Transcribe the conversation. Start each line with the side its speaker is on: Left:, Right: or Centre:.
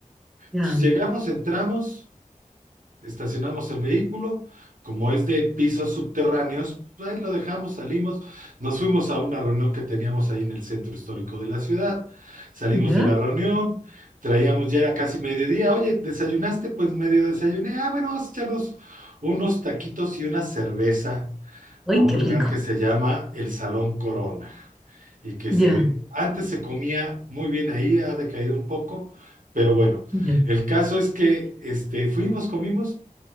Centre: ya,
Right: Entonces llegamos, entramos estacionamos el vehículo, como es de pisos subterráneos, pues ahí lo dejamos, salimos, nos fuimos a una reunión que teníamos ahí en el centro histórico de la ciudad, salimos
Centre: ya.
Right: de la reunión, traíamos, ya era casi mediodía, oye, ¿desayunaste? Pues medio desayuné, ah, bueno, vamos a echarnos unos taquitos y una cerveza a
Centre: ay
Right: un
Centre: qué
Right: lugar
Centre: rico.
Right: que se llama el Salón Corona y que
Centre: Ya,
Right: se, antes se comía muy bien ahí, ha decaído un poco, pero bueno,
Centre: ya,
Right: el caso es que este, fuimos, comimos